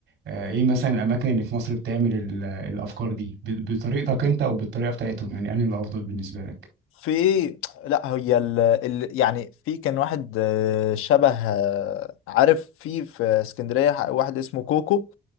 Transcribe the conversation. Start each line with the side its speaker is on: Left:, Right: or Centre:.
Right: آه، ايه مثلا الاماكن اللي في مصر بتعمل ال... الافكار دي ب... بطريقتك انت او بالطريقه بتاعتهم يعني انا الافضل بالنسبه لك
Left: في لا هي ال... ال... يعني في كان واحد آه، شبه آه، عارف في في اسكندرية ح- واحد اسمه كوكو